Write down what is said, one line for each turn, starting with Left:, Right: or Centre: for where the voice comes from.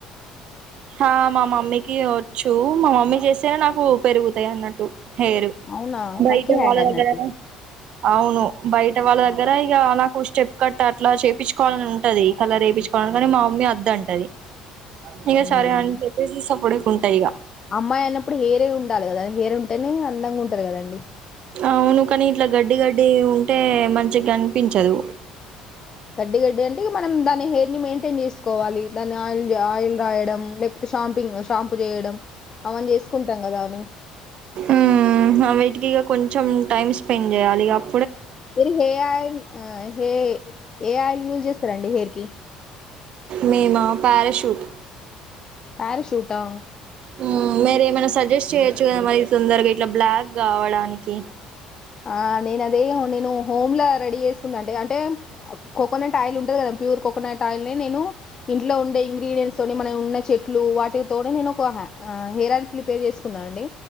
Right: ఆ మా మమ్మీకి ఒచ్చూ మా మమ్మీ చేస్తే నాకు పెరుగుతాయి అన్నట్టు టు హేరు
Left: అవునా
Right: బయట
Left: లక్కీ హ్యాండ్
Right: వాళ్ళ
Left: అన్నట్టు
Right: దగ్గరా అవును బయట వాళ్ళ దగ్గర ఇగ నాకు స్టెప్ కట్ అట్లా చేపిచ్చుకోవాలని ఉంటది కలర్ ఏపిచుకోవాలన్ కానీ మా అ నే ఒద్దంటది ఇగ
Left: ఉమ్.
Right: సరే అని చెప్పేసి సప్పుడేక ఉంటా ఇగ
Left: అమ్మాయి అన్నప్పుడు హేరే ఉండాలి కదా హేరే ఉంటేనే అందంగా ఉంటది గదండి
Right: అవును కానీ ఇట్ల గడ్డి గడ్డీ ఉంటే మంచి గనిపించదు
Left: గడ్డ గడ్డి అంటే ఇగ మనం దాని హెయిర్ ని మెయింటైన్ చేసుకోవాలి దాని ఆయిల్ ఆయిల్ రాయడం లేపోతే షాంపింగ్ షాంపు జేయడం అవన్ చేసుకుంటాం గదా అని
Right: ఊమ్ అవిటికి ఇగ కొంచెం టైమ్ స్పెండ్ జెయాలి ఇగ అ
Left: మీరు హే ఆయిల్ ఆ హే ఏ ఆయిల్ యూజ్ చేస్తారండి హెయిర్ కి
Right: మేమా పారాషూట్
Left: పారషూటా
Right: ఊ మరి ఏమైనా సజెస్ట్ చేయొచ్చు కదా మరి తొందరగా ఇట్లా బ్లాక్ గావడానికి
Left: ఆ నేను అదే నేను హోమ్లా రెడీ ఏసుకున్న అంటె అంటే కోకోనట్ ఆయిల్ ఉంటది కదా ప్యూర్ కోకోనట్ ఆయిల్ ని నేను ఇంట్లో ఉండే ఇంగ్రీడియంన్స్ తోని మనం ఉన్న చెట్లూ వాటితోని నేను ఒక అ ఆ హెయిర్ ఆల్ ప్రిపేర్ చేసుకున్నా అండి